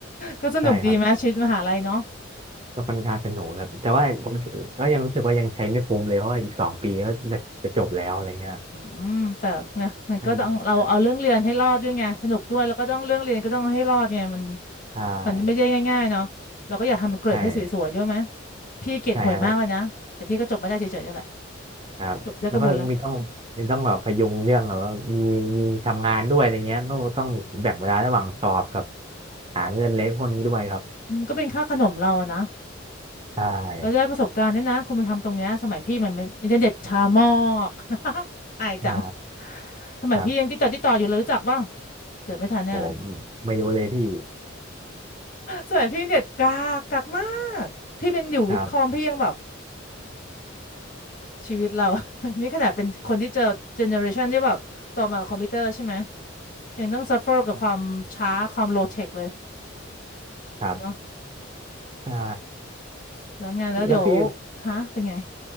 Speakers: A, on the left; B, on the right.
A: ก็สนุกดีไหมชีวิตมหาลัยเนาะ
B: ใช่ครับก็ค่อนข้างสนุกครับแต่ว่าก็ยังรู้สึกว่ายังใช้ไม่คุ้มเลยเพราะว่าอีกสองปีก็จะจะจบแล้วอะไรเงี้ย
A: อืมแต่เนี่ยมันก็ต้องเราเอาเรื่องเรียนให้รอดด้วยไงสนุกด้วยแล้วก็ต้องเรื่องเรียนก็ต้องให้รอดไงมัน
B: อ่าใช่
A: มันไม่ใช่ง่ายๆเนาะเราก็อยากทำมันเกรดให้สวยๆด้วยไหม
B: ใช่
A: พี่เกรดห่วยมากเลยนะแต่พี่ก็จบมาได้เฉยๆนั่นแหละ
B: ใช่ครับครับแล้วก็มีต้องมีต้องแบบพยุงเรื่องแบบว่ามีมีทำงานด้วยอะไรเงี้ยก็ต้องแบ่งเวลาระหว่างสอบกับ
A: จบได้ก็บุญแล้ว
B: หาเงินเลี้ยงคนนี้ด้วยครับ
A: อืมก็เป็นค่าขนมเราอะนะ
B: ใช่
A: เราได้ประสบการณ์ด้วยนะคุณไปทำตรงเนี้ยสมัยพี่มันไม่อินเทอร์เน็ตช้ามากอายจัง
B: ใช่
A: สมัยพี่ยังติดต่อติดต่ออยู่เลยรู้จักบ้าง
B: ครับ
A: เกิดไม่ทันแน่เลย
B: ผมไม่รู้เลยพี่
A: สมัยพี่เน็ตกากกากมากพี่เป็นอยู่วิทย์คอมพี่ยังแบบ
B: ครับ
A: ชีวิตเรา <laughs> นี่ขนาดเป็นคนที่เจอเจเนอเรชันที่แบบต่อมาคอมพิวเตอร์ใช่ไหมยังต้องซัฟเฟอร์กับความช้าความโลเทคเลย
B: ครับ
A: เนาะ
B: ใช่
A: แล้วไงแล้วเดี๋ยว
B: แล้วพี่
A: ฮะเป็นไง